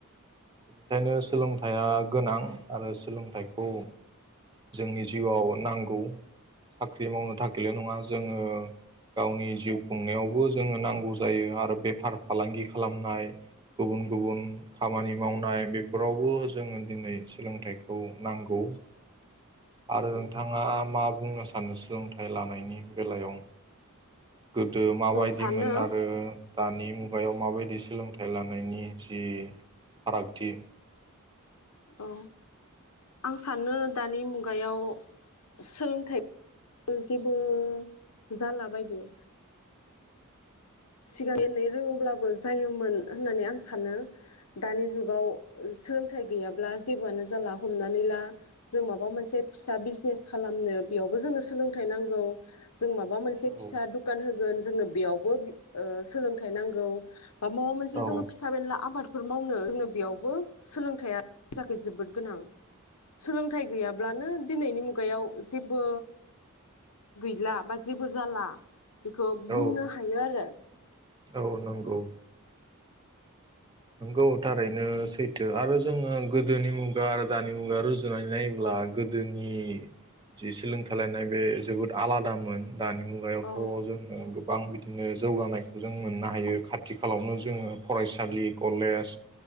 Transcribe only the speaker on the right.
बेनिखायनो सोलोंथाइया गोनां आरो सोलोंथाइखौ जोंनि जिउआव नांगौ। साख्रि मावनो थाखायल' नङा। जोङो गावनि जिउ खुंनायाव बो जोङो नांगौ जायो आरो बेफार फालांगि खालामनाय गुबुन गुबुन खामानि मावनाय बे फोरावबो जोङो दिनै सोलोंथाइखौ नांगौ आरो नोंथाङा मा बुंनो सानो सोलोंथाइ लानायनि बेलायाव गोदो माबायदिमोन
आरो दानि मुगायाव माबायदि सोलोंथाइ लानायनि जि फारागथि
औ
औ
औ
औ नंगौ नंगौ थारैनो सैथो आरो जोङो गोदोनि मु आरो दानि मुगा रुजुनानै नायोब्ला गोदोनि जि सोलोंथ लायनाय बे जोबोद आलादामोन दानि मुगायावथ'
जोङो गोबां बिदिनो जौगानायखौ जों मोननो हायो खाथि खाालावनो जोङो फरायसालि कलेज